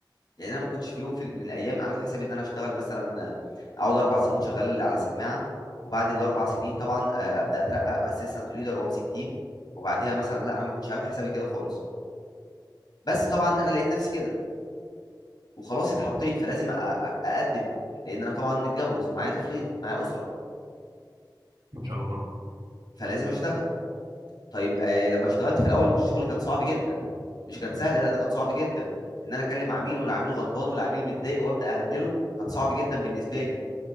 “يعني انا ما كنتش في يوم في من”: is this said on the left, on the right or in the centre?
Left